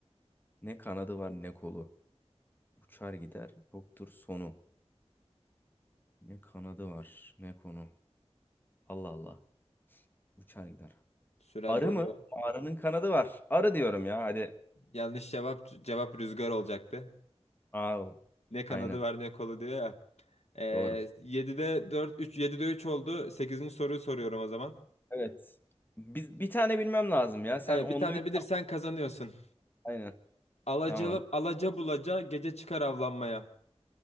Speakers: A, on the left; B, on the left.
A: Ne kanadı var ne kolu. Uçar gider yoktur sonu. Ne kanadı var ne konu. Allah Allah. Uçar gider.
B: Süren
A: Arı
B: doluyor.
A: mı? Arının kanadı var. Arı diyorum ya hadi.
B: Yanlış cevap cevap rüzgar olacaktı.
A: Aa,
B: Ne kanadı
A: aynen
B: var ne kolu diyor ya. Ee,
A: doğru.
B: 7'de 4 3 7'de 3 oldu. sekizinci soruyu soruyorum o zaman.
A: Evet. Biz bir tane bilmem lazım ya. Sen
B: Evet
A: onda
B: bir tane
A: üç.
B: bilirsen kazanıyorsun.
A: Aynen.
B: Alacalı
A: Tamam.
B: alaca bulaca gece çıkar avlanmaya.